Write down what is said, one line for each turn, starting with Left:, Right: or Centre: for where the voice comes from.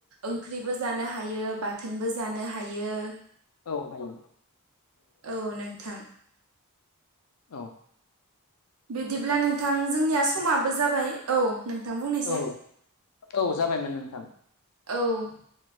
Right: ओंख्रिबो जानो हायो बाथोनबो जानो हायो।
Left: औ नंगौ।
Right: औ नोंथां।
Left: औ
Right: बिदिब्ला नोंथां जोंनिया समाबो जाबाय औ। नोंथां बुंनायसाय
Left: औ औ जाबायमोन नोंथां।
Right: औ